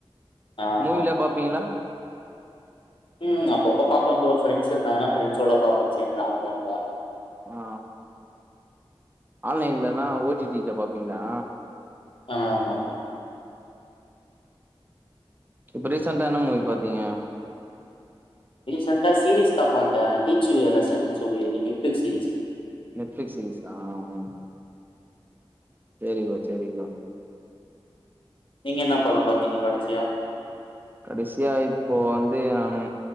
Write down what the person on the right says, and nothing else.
மூவி
லா பாப்பீங்ளா
ஆ ஆன்லைன்லனா ஓ டி டி ல பாப்பீங்ளா
இப்ப ரீசன்டா என்ன மூவி பாத்தீங்க
நெட்ஃப்ளிக்ஸ் சீரிஸ் தா ஆ சேரி ப்ரோ சேரி ப்ரோ
கடசியா இப்போ வந்து நானு